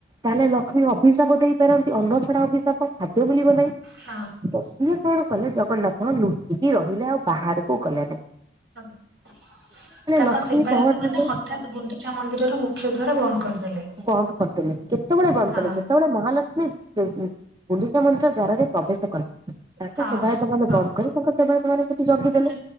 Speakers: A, on the right; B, on the right.
A: ତାହେଲେ ଲକ୍ଷ୍ମୀ ହିଶାପ ଦେଇପାରନ୍ତି ଅନ୍ନ ଛଡା ଅଭିିଶାପ ଖାଦ୍ୟ ମିଳିବ ନାହିଁ।
B: ହଁ।
A: ତ ସିଏ କଣ କଲେ ଜଗନ୍ନାଥ ଲୁଚିକି ରହିଲେ ଆଉ ବାହାରକୁ ଗଲୋନି।
B: କଣ ପାଇଁ। ତାଙ୍କ
A: ଲକ୍ଷ୍ମୀ
B: ସେବାୟତମାନେ
A: ପହଞ୍ଚିଲେ
B: ହଠାତ୍ ଗୁଣ୍ଡିଚା ମନ୍ଦିରର ମୁଖ୍ୟ ଦ୍ୱାର ବନ୍ଦ କରିଦେଲେ।
A: ବନ୍ଦ କରିଦେଲେ କେତେବେଳେ ବନ୍ଦ
B: ହଁ
A: କଲେ ଯେତେବେଳେ ମହାଲକ୍ଷ୍ମୀ ଗୁଣ୍ଡିଚା ମନ୍ଦିର ଦ୍ଵାରରେ ପ୍ରବେଶ କଲେ। ତାଙ୍କ
B: ହଁ
A: ସେବାୟତମନେ
B: ହଁ
A: କଣ କଲେ ତାଙ୍କ ସେବାୟ ସେ ସେଠି ଜଗିଦେଲେ
B: ତାପରେ